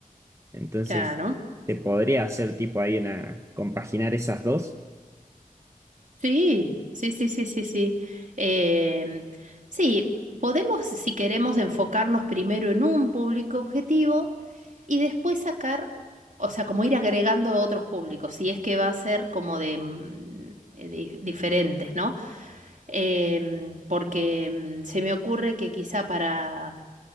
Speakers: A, on the right; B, on the right.
A: entonces
B: claro.
A: se podría hacer tipo ahí una, compaginar esas dos.
B: Sí, sí, sí, sí, sí, sí. Em, sí, podemos, si queremos, enfocarnos primero en un público objetivo y después sacar, o sea, como ir agregando otros públicos, si es que va a ser como de, mm, eh, di- diferentes, ¿no? Em, porque mm, se me ocurre que quizá para